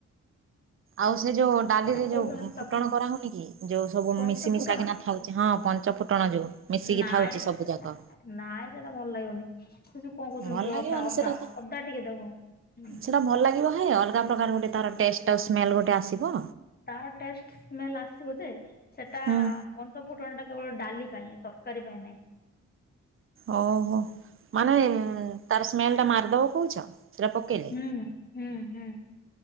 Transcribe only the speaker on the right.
ଆଉ ସେ ଯୋଉ ଡାଲିରେ
ଯୋଉ
ଫୁଟଣ କରା ହୋଉନି କି ଯୋଉ ସବୁ
ମିଶିମିଶା
କିିନା ଥାଉଛି ପଞ୍ଚ ଫୁଟଣ ଯୋଉ ମିଶିକି
ଥାଉଛି
ସବୁ ଯାକ।
ଭଲ
ଲାଗିବନି
ସେଟା ତ
ସେଟା ଭଲ ଲାଗିବ ନାଇଁ ଅଲଗା ପ୍ରକାର ଗୋଟେ ତାର ଟେଷ୍ଟ ଆଉ ସ୍ମେଲ୍ ଗୋଟେ ଆସିବ।
ହୁଁ।
ଓ ହୋ ମାନେ ତାର ସ୍ମେଲ ଟା ମାରିଦବ କହୁଛ? ସେଟା ପକେଇଲେ?